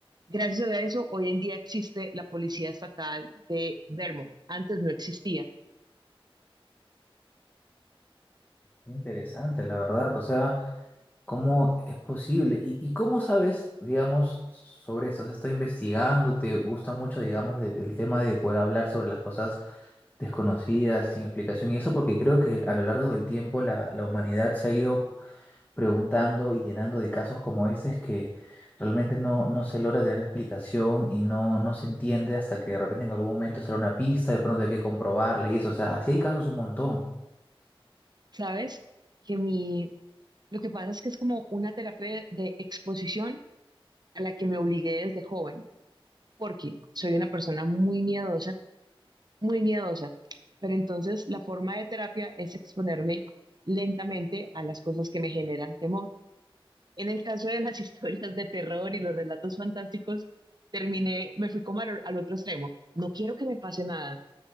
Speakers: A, on the right; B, on the left.
A: gracias a eso hoy en día existe la Policía Estatal de Vermont. Antes no existía.
B: Interesante, la verdad. O sea, ¿cómo es posible? ¿Y, y cómo sabes, digamos, sobre esto? ¿Has estado investigando? ¿Te gusta mucho, digamos, el, el tema de poder hablar sobre las cosas desconocidas, sin explicación? Y eso porque creo que a lo largo del tiempo la, la humanidad se ha ido preguntando y llenando de casos como este que realmente no, no se logra tener explicación y no, no se entiende hasta que de repente en algún momento será una pista, de pronto hay que comprobarla y eso. O sea, así hay casos un montón.
A: ¿Sabes? Que mi, lo que pasa es que es como una terapia de exposición a la que me obligué desde joven. porque soy una persona muy miedosa, muy miedosa. Pero entonces la forma de terapia es exponerme lentamente a las cosas que me generan temor. En el caso de las <laughs> historias de terror y los relatos fantásticos, terminé, me fui como al, al otro extremo. No quiero que me pase nada,